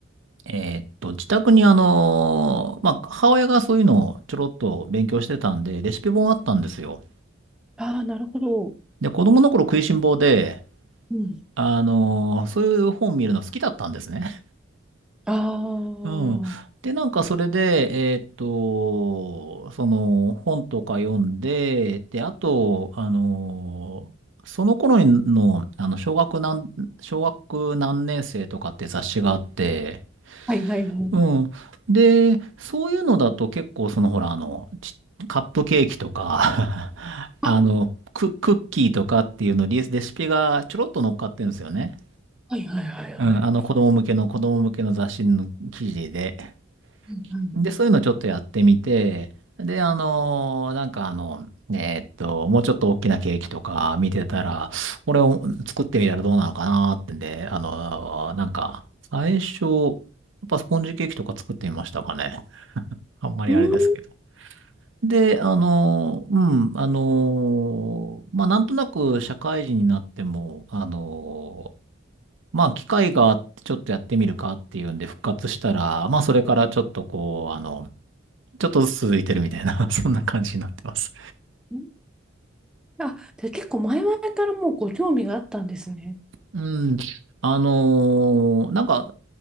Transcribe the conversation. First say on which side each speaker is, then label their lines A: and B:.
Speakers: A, on the right; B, in the centre.
A: えーっと、自宅にあのーまあ、母親がそういうのをちょろっと勉強してたんで、レシピ本あったんですよ。
B: ああ、なるほど。
A: で、子供の頃食いしん坊で、
B: うん。
A: あのーそういう本見るの好きだったんですね。
B: ああ、
A: <laughs> うん。
B: はい
A: で、なんかそれで、えーっと、その本とか読んで、で、あと、あのーその頃の、あの、小学何、小学何年生とかって雑誌があって、
B: はいはい。
A: うん。で、そういうのだと結構そのほら、あの、ちカップケーキとか <laughs> あの、
B: あ、
A: ク、クッキーとかっていうのリレシピがちょろっと乗っかってるんですよね。
B: はいはいはいはい。
A: うん。あの子供向けの子供向けの雑誌の記事で。
B: うん
A: で、そういうのちょっとやってみて、で、あの、なんかあの、えーっと、もうちょっと大きなケーキとか見てたら、これを作ってみたらどうなのかなーってんで、あの、なんか、最初、やっぱスポンジケーキとか作ってみましたかね。あんまりあれですけど。
B: うん
A: で、あの、うん、あの、まあ、なんとなく社会人になっても、あの、まあ、機会があってちょっとやってみるかっていうんで復活したら、まあ、それからちょっとこう、あの、ちょっとずつ続いてるみたいな、<laughs> そんな感じになってます。
B: うん。あ、じゃあ結構前々からもうご興味があったんですね。
A: うん、あの、なんか、